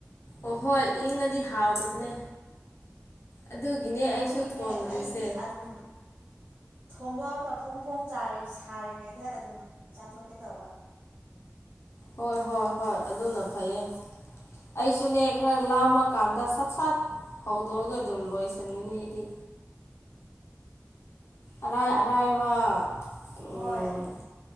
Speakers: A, on the left; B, on the right.
A: ꯑꯣꯍꯣꯏ ꯏꯪꯉꯥꯗꯤ ꯍꯥꯎꯇꯕꯅꯦ ꯑꯗꯨꯒꯤꯅꯦ ꯑꯩꯁꯨ
B: ꯑꯗꯨꯒꯤꯅꯦ
A: ꯊꯣꯡꯗ꯭ꯔꯤꯁꯦ
B: ꯑꯩꯗꯤ ꯑꯗꯨꯝ ꯊꯣꯡꯗꯣꯛꯑꯒ ꯐꯣꯡ ꯐꯣꯡ ꯁꯥꯔꯤ ꯁꯥꯔꯤꯉꯩꯗ ꯑꯗꯨꯝ ꯆꯥꯊꯣꯛꯀꯦ ꯇꯧꯕ
A: ꯍꯣꯏ ꯍꯣꯏ ꯍꯣꯏ ꯑꯗꯨꯅ ꯐꯩꯌꯦ ꯑꯩꯁꯨꯅꯦ ꯈꯔ ꯂꯥꯝꯃꯀꯥꯟꯗ ꯁꯠ ꯁꯠ ꯍꯧꯗꯣꯛꯑꯒ ꯑꯗꯨꯝ ꯂꯣꯏꯁꯤꯟꯒꯅꯤ ꯑꯩꯗꯤ ꯑꯔꯥꯏ ꯑꯔꯥꯏꯕ ꯎꯝ
B: ꯍꯣꯏ